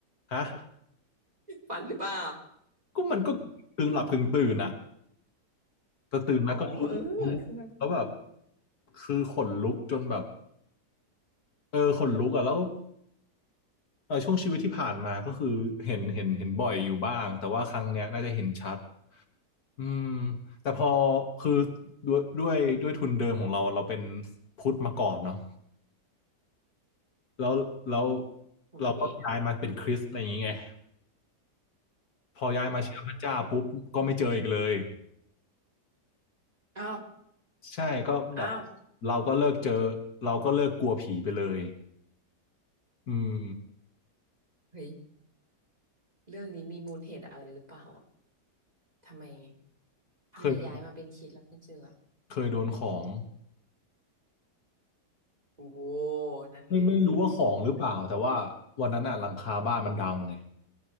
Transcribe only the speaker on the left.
ฮะ
ก็มันก็กึ่งหลับกึ่งตื่นอ่ะ แต่ตื่นมาก็รู้รู้แล้วแบบ
คือขนลุกจนแบบเออขนลุกอ่ะแล้วเออช่วงชีวิตที่ผ่านมาก็คือเห็นเห็นเห็นบ่อยอยู่บ้างแต่ว่าครั้งเนี้ยน่าจะเห็นชัดอืมแต่พอคือด้วยด้วยด้วยทุนเดิมของเราเราเป็นพุทธมาก่อนเนาะแล้วแล้ว
เราก็ย้ายมาเป็นคริสต์อะไรอย่างเงี้ยพอย้ายมาเชื่อพระเจ้าปุ๊บก็ไม่เจออีกเลย
ใช่ก็แบบ
เราก็เลิกเจอเราก็เลิกกลัวผีไปเลยอืม
เคย เคยโดนของ
ไม่ไม่รู้ว่าของหรือเปล่าแต่ว่าวันนั้นอ่ะหลังคาบ้านมันดังไง